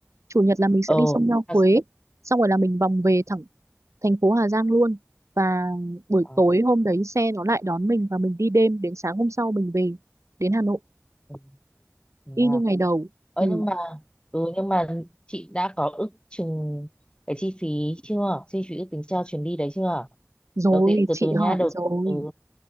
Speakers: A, on the right (about 75°); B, on the left (about 20°).
A: Chủ nhật là mình sẽ
B: ờ
A: đi sông Nho
B: à,
A: Quế. Xong rồi là mình vòng về thẳng thành phố Hà Giang luôn. Và buổi
B: ờ,
A: tối hôm đấy xe nó lại đón mình và mình đi đêm đến sáng hôm sau mình về đến Hà Nội.
B: ừ, thế à.
A: Y như ngày đầu.
B: Ờ,
A: Ừ.
B: nhưng mà ừ nhưng mà chị đã có ước chừng cái chi phí chưa chi phí ước tính cho chuyến đi đấy chưa
A: Rồi,
B: đầu tiên từ
A: chị
B: từ nha
A: hỏi
B: đầu
A: rồi.
B: ừ